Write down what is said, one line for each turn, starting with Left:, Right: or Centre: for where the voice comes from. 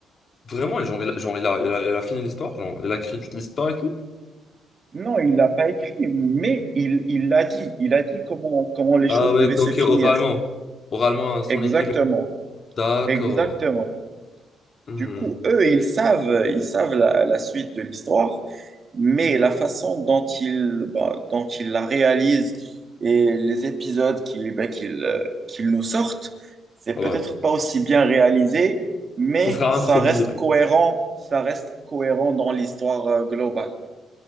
Left: Vraiment, et genre, il a, genre, il a, il a, il a fini l'histoire, genre, il a écrit toute l'histoire et tout.
Right: Non, il l'a pas écrit, mais il, il l'a dit. Il a dit comment, comment les
Left: Ah
Right: choses
Left: ouais,
Right: devaient
Left: ok,
Right: se finir.
Left: ok, oralement. Oralement à son
Right: Exactement,
Left: équipe et tout. D'accord.
Right: exactement.
Left: Hmm,
Right: Du coup, eux, ils savent, ils savent la, la suite de l'histoire, mais la façon dont ils, bah, dont ils la réalisent et les épisodes qu'ils bah, qu'ils, euh, qu'ils nous sortent, c'est peut-être
Left: Ah Ouais.
Right: pas aussi bien réalisé, mais
Left: Ça sera
Right: ça
Left: improvisé
Right: reste
Left: plutôt.
Right: cohérent, ça reste cohérent dans l'histoire euh, globale.